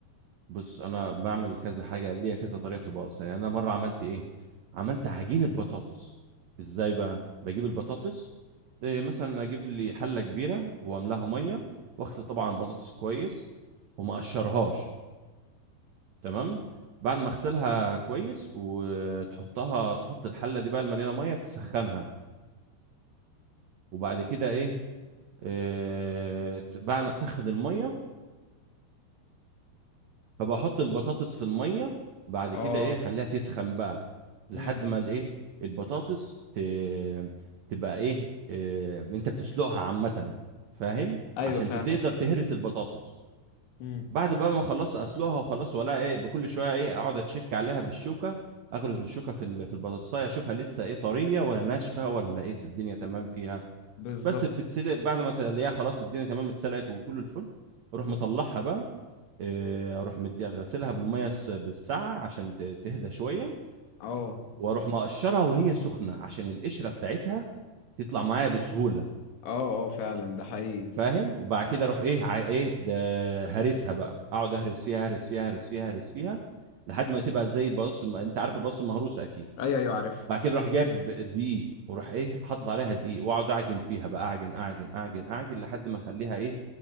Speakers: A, on the right; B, on the left.
A: بص انا بعمل كذا حاجه ليا كذا طريقه في البطاطس يعني انا مره عملت ايه عملت عجينه بطاطس ازاي بقى بجيب البطاطس إيه مثلا اجيب لي حله كبيره واملاها ميه واغسل طبعا البطاطس كويس وما اقشرهاش تمام بعد ما اغسلها كويس وتحطها تحط الحله دي بقى المليانه ميه تسخنها وبعد كده ايه, إيه بعد ما تسخن الميه فبحط البطاطس في الميه بعد
B: اه
A: كده ايه اخليها تسخن بقى لحد
B: امم
A: ما الايه البطاطس ت... تبقى ايه آه، انت بتسلقها عامه فاهم
B: ايوه
A: عشان
B: فاهمك
A: تقدر تهرس البطاطس
B: امم
A: بعد بقى ما خلصت اسلقها وخلاص ولا ايه بكل شويه ايه اقعد اتشك عليها بالشوكه اغرز الشوكه في ال- في البطاطسايه اشوفها لسه ايه طريه ولا ناشفه ولا ايه الدنيا تمام فيها
B: بالظبط
A: بس بتتسلق بعد ما تلاقيها خلاص الدنيا تمام اتسلقت وكل الفل اروح مطلعها بقى إيه، اروح مديها غسلها بالميه الس- بالساعه عشان ت- تهدى شويه
B: اه
A: واروح مقشرها وهي سخنه عشان القشره بتاعتها تطلع معايا بسهوله
B: اه اه فعلا ده حقيقي
A: فاهم وبعد كده اروح ايه ع- ايه ده هرسها بقى اقعد اهرس فيها اهرس فيها اهرس فيها اهرس فيها لحد ما تبقى زي البطاطس الم... انت عارف البطاطس المهروسه اكيد
B: ايوه ايوه عارف
A: بعد كده اروح جايب دقيق واروح ايه حاطط عليها دقيق واقعد اعجن فيها بقى اعجن اعجن اعجن اعجن لحد ما اخليها ايه